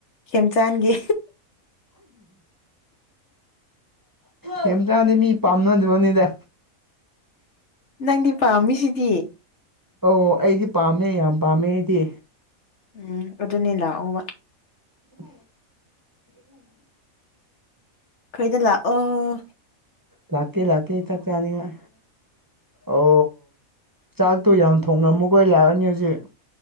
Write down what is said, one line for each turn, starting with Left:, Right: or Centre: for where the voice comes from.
Left: ꯈꯦꯝꯆꯥꯟꯒꯤ
Right: ꯀꯝꯇꯥꯟꯗꯤꯦ ꯃꯤ ꯄꯥꯝꯅꯗꯕꯅꯤꯗ
Left: ꯅꯪꯗꯤ ꯄꯃꯤꯁꯤꯗꯤ
Right: ꯑꯣ ꯑꯩꯗꯤ ꯄꯥꯝꯃꯦ ꯌꯥꯝ ꯄꯥꯝꯃꯦ ꯑꯩꯗꯤ
Left: ꯎꯝ ꯑꯗꯨꯅꯤꯂ ꯑꯣ
Right: ꯑ ꯎꯝ
Left: ꯀꯩꯗꯂꯥ ꯑꯣ
Right: ꯂꯥꯛꯇ ꯂꯥꯛꯇ ꯏ ꯊꯥꯛ ꯇꯥꯅꯤꯡꯉ ꯑꯣ ꯆꯥꯛꯇꯣ ꯌꯥꯝ ꯊꯣꯡꯉꯝꯃꯨꯒꯣꯏ ꯂꯥꯛꯑꯅꯤ ꯍꯧꯖꯤꯛ